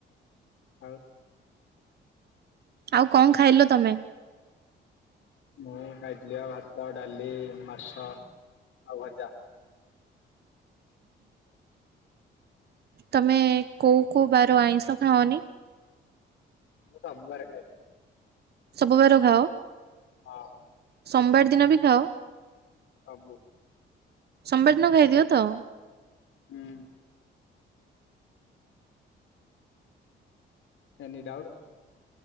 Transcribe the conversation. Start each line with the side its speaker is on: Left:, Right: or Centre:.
Left: ଆଉ?
Right: ଆଉ କଣ ଖାଇଲ ତମେ?
Left: ମୁଁ ଖାଇଥିଲି ଭାତ, ଡାଲି, ମାଛ ଆଉ ଭଜା।
Right: ତମେ କୋଉ କୋଉ ବାର ଆଇଁଷ ଖାଅନି?
Left: ମୁଁ ସବୁ ବାରେ ଖାଏ।
Right: ସବୁବାର ଖାଅ?
Left: ହଁ।
Right: ସୋମବାର ଦିନବି ଖାଅ?
Left: ସବୁ।
Right: ସୋମବାର ଦିନ ଖାଇଦିଅତ?
Left: ହୁଁ। Any doubt?